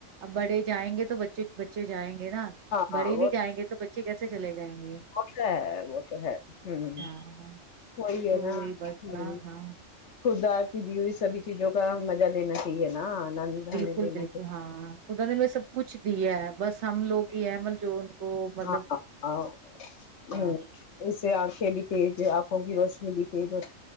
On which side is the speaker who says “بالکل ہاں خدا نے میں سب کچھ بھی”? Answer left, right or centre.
Right